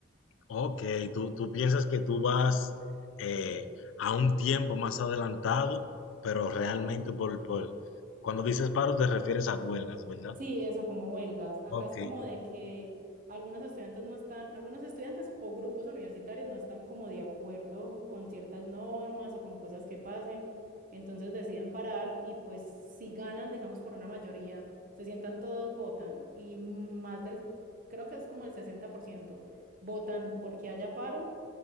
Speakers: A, on the left; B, on the right.
A: Ok, tú, tú piensas que tú vas eh, a un tiempo más adelantado, pero realmente por, por, cuando dices paro te refieres a huelgas, ¿verdad?
B: Sí, eso, como huelgas. Acá
A: Ok.
B: es como de que algunos estudiantes no están, algunos estudiantes o grupos universitarios no están como de acuerdo con ciertas normas o con cosas que pasen, entonces deciden parar y pues si ganan, digamos, por una mayoría, se sientan todos, votan y más del, creo que es como el 60% votan porque haya paro,